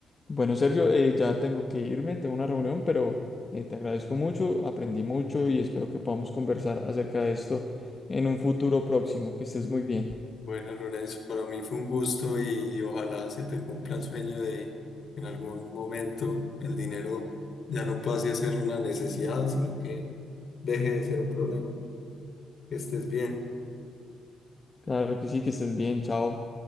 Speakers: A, on the left; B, on the left.
A: Bueno, Sergio, eh, ya tengo que irme, tengo una reunión, pero eh, te agradezco mucho, aprendí mucho y espero que podamos conversar acerca de esto en un futuro próximo. Que estés muy bien.
B: Bueno, Lorenzo, para mí fue un gusto y ojalá se te cumpla el sueño de que en algún momento el dinero ya no pase a ser una necesidad, sino que deje de ser un problema. Que estés bien.
A: Claro que sí, que estés bien, chao.